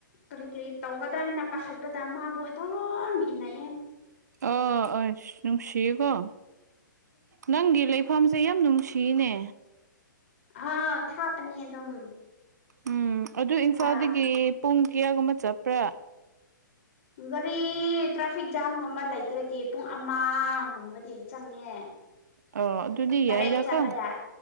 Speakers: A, on the left (about 40°); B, on the right (about 55°).
A: ꯀꯔꯤ ꯀꯔꯤ ꯇꯧꯒꯗ꯭ꯔꯥ ꯍꯥꯏꯅ ꯄꯥꯈꯠꯄꯗ ꯃꯥꯕꯨ ꯗꯨꯝ ꯏꯟꯅꯩꯌꯦ
B: ꯑꯣ ꯑꯁ ꯅꯨꯡꯁꯤꯀꯣ ꯅꯪꯒꯤ ꯂꯩ ꯐꯝꯁꯦ ꯌꯥꯝ ꯅꯨꯡꯁꯤꯅꯦ
A: ꯑꯥ ꯊꯥꯄꯅꯦ ꯑꯗꯨꯝ
B: ꯎꯝ ꯑꯗꯨ ꯏꯝꯐꯥꯜꯗꯒꯤ
A: ꯈꯔ
B: ꯄꯨꯡ ꯀꯤꯌꯥꯒꯨꯝꯕ ꯆꯞꯄ꯭ꯔꯥ
A: ꯒꯥꯔꯤ ꯇ꯭ꯔꯥ ꯇ꯭ꯔꯥꯐꯤꯛ ꯖꯥꯝꯒꯨꯝꯕ ꯂꯩꯇ꯭ꯔꯗꯤ ꯄꯨꯡ ꯑꯃꯒꯨꯝꯕꯗꯤ ꯆꯪꯉꯦ
B: ꯑꯣ ꯑꯗꯨꯗꯤ
A: ꯗꯥꯏꯔꯦꯛ
B: ꯌꯥꯏꯗꯀꯣ
A: ꯆꯠꯄꯗ